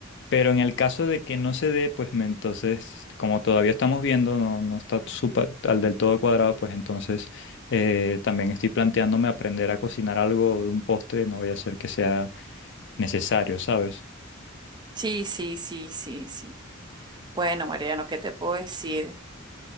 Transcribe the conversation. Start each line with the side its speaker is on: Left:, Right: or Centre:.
Left: Pero en el caso de que no se dé, pues me- entonces, como todavía estamos viendo, no, no está súper al del todo cuadrado, pues entonces eh, también estoy planteándome aprender a cocinar algo de un postre, no vaya a ser que sea necesario, ¿sabes?
Right: Sí, sí, sí, sí, sí. Bueno, Mariano, ¿qué te puedo decir?